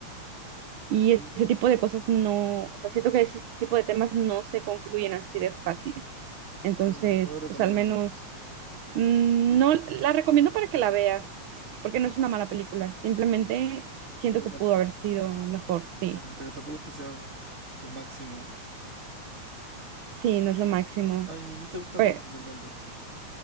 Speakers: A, on the right (about 80°); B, on the right (about 25°).
A: Y es-
B: No,
A: ese tipo de cosas no, o sea, siento que ese tipo de temas no se concluyen así de fácil. Entonces,
B: no- no lo recomiendas,
A: pues al menos mm, no la recomiendo para que la veas, porque no es una mala película, simplemente siento
B: pero
A: que
B: tampoco,
A: pudo haber sido mejor, sí.
B: pero tampoco es que sea lo máximo.
A: Sí, no es lo máximo.
B: Ay, ¿no te gusta
A: Pe-
B: el romance entonces?